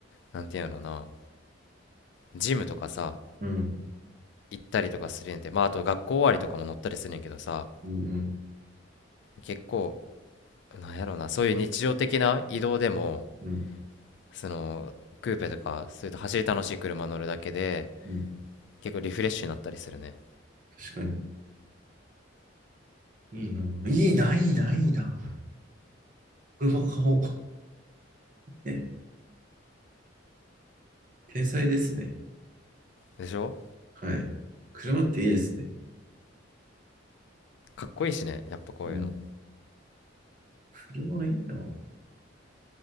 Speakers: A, on the left; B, on the right.
A: なんていうのなジムとかさ
B: うん。
A: 行ったりとかするんやてまああと学校終わりとかも乗ったりするんやけどさ
B: うん、うん、
A: 結構なんやろなそういう日常的な移動でも
B: うん、
A: そのクーペとかそういった走り楽しい車乗るだけで
B: うん。
A: 結構リフレッシュになったりするね
B: 確かに。いいな。いいな、いいな、いいな。車買おう。<laughs> ね。天才ですね。
A: でしょ
B: はい。車っていいですね。
A: かっこいいしねやっぱこういうの
B: うん。車いいな。